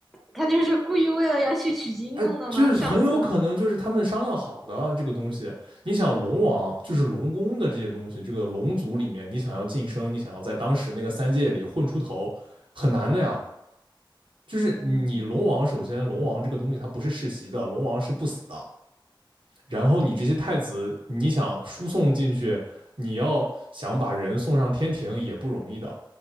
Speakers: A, in the centre; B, on the right (about 70°).
A: 他就是故意为了要去取经弄的吗？
B: 哎，就是很有可能就是他们商量好的这个东西。
A: 笑死了。
B: 你想龙王就是龙宫的这些东西，这个龙族里面，你想要晋升，你想要在当时那个三界里混出头，很难的呀。就是你龙王，
A: 嗯，
B: 首先龙王这个东西它不是世袭的，龙王是不死的，然后你这些太子，你想输送进去，你要想把人送上天庭也不容易的，